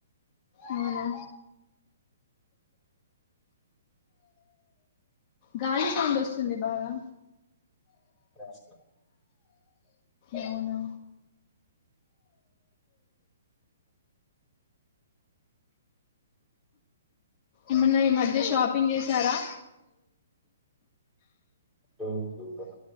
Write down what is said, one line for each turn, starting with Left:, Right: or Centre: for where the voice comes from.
Left: అవునా గాలి సౌండ్ వస్తుంది బాగా
Centre: ప్లాజా
Left: అవునా ఏమన్నా ఈ మధ్య షాపింగ్ చేసారా
Centre: ఎమ్ చేయలేదు